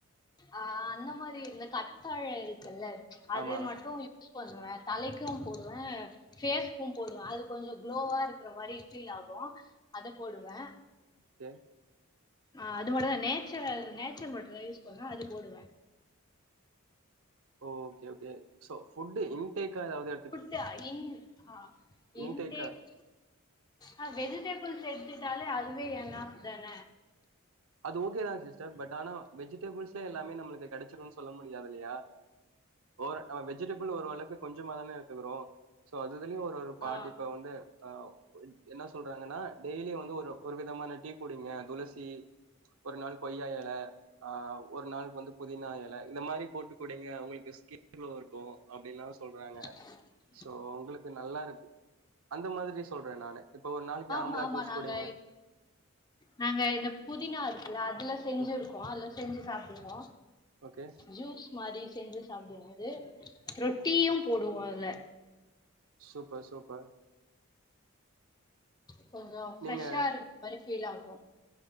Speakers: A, on the left (about 20°); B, on the right (about 75°).
A: ஆ அந்த மாரி இந்த கத்தாழை இருக்குல்ல அது
B: ஆமா
A: மட்டு யூ ஸ் பண்ணுவே தலைக்கு போடுவே ஃபேஸ்க்கு போடுவே அது கொஞ்சோ குளோவாருக்ற மாரி ஃபீல் ஆகு அத போடுவே
B: ஓகே
A: ஆ அது மட்டுந்தா நேச்சுரல் நேச்சுரல் மட்டு தா யூஸ் பண்ணுவே அது போடுவே
B: ஓ ஓகே ஓகே ஸோ ஃபுட்டு இன்டேக்கா எதாவ்து
A: ஃபுட்டா இன் ஆ இன்டேக்
B: இன்டேக்கா
A: ஆ வெஜிட பிள் சேத்துட்டாலே அதுவே என்னாஃப் தான
B: அது ஓகே தா சிஸ்டர் பட் ஆனா வெஜிடபிள்ஸ்ல எல்லாமே நம்மளுக்கு கெடச்சிடுன் சொல்ல முடியாதில்லயா ஓர் நம்ம வெஜிடபிள் ஓரளவுக்கு கொஞ்சமா தான எடுத்துக்குறோ ஸோ அதுஇதுலயு ஒரொரு பாதி
A: ஆ
B: இப்ப வந்து ஆ என்ன சொல்றாங்கன்னா டெய்லியு வந்து ஒரு ஒரு விதமான டீ குடிங்க துளசி ஒர் நாள் கொய்யா எல ஆ ஒர் நாளுக்கு வந்து புதினா எல இந்த மாரி போட்டு குடிங்க உங்களுக்கு ஸ்கின் க்ளோரு க்கு அப்டின்ல்லா சொல்றாங்க
A: ஹ்ம்ம்
B: ஸோ ஒங்களுக்கு நல்லாருக்கு அந்த மாத்ரி சொல்றே நானு இப்ப ஒரு நாளைக்கு
A: ஆமா
B: ஆம்லா
A: ஆமா
B: ஜூஸ்
A: நாங்க
B: குடிங்க
A: நாங்க இந்த புதினா இருக்குல்ல அதுல செஞ்சிருக்கோ
B: ம்
A: அதுல்ல செஞ்சு சாப்டுவோ
B: ஓகே
A: ஜூஸ் மாரி செஞ்சு சாப்டுவோ அது ரொட்டியு போடுவோ அதுல
B: சூப்பர் சூப்பர்
A: கொஞ்சோ ஃப்ரெஷ்ஷாருக்க
B: நீங்க
A: மாரி ஃபீல் ஆகு